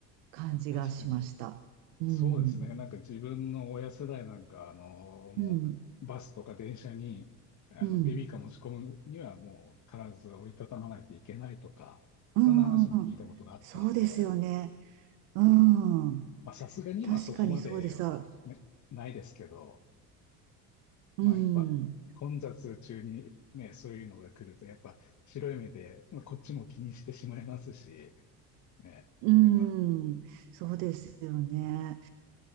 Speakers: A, on the right; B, on the left.
A: 感じがしました。
B: あ、確かに。
A: うん、
B: そうですね。なんか自分の親世代なんか、あの、もうバスとか電車に、
A: うん、
B: あの、
A: うん、
B: ベビーカー持ち込むにはもう必ず折りたたまないといけないとか、
A: うん。
B: そんな話も聞いたことがあったんで、
A: そうですよね。うん。
B: まあさすがに今そこまでは、
A: 確かにそうでさ、
B: ね、ないですけど、
A: うん、
B: まあやっぱ混雑中にね、そういうのが来ると、やっぱ白い目で、まあ、こっちも気にしてしまいますし、ね、
A: うん。
B: やっぱ
A: そうですよね。